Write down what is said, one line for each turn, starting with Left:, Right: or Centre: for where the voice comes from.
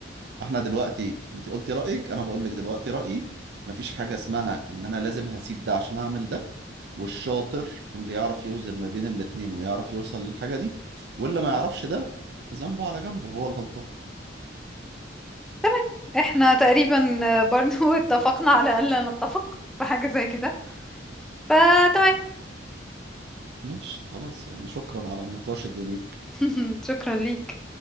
Right: احنا دلوقتي انت قلتي رأيك انا بقول لك دلوقتي رأيي مفيش حاجة اسمها ان انا لازم هسيب ده عشان اعمل ده والشاطر اللي يعرف يوزن ما بين الاتنين ويعرف يوصل للحاجة دي واللي ما يعرفش ده ذنبه على جنبه هو الغلطان
Centre: تمام احنا تقريبا برضو <laughs> اتفقنا على الا نتفق في حاجة زي كده فتمام
Right: ماشي خلاص يعني شكرا على النقاش الجميل
Centre: <laughs> شكرا ليك